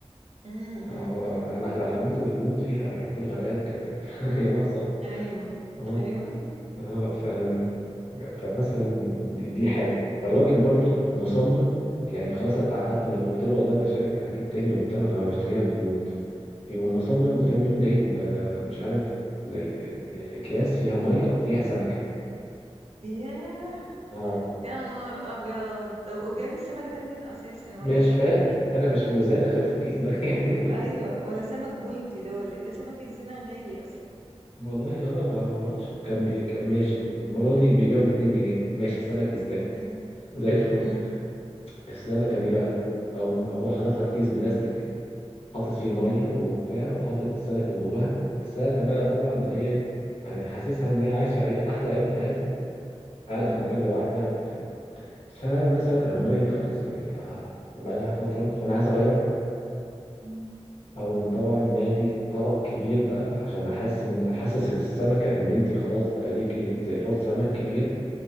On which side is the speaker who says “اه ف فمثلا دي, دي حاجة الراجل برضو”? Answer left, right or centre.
Left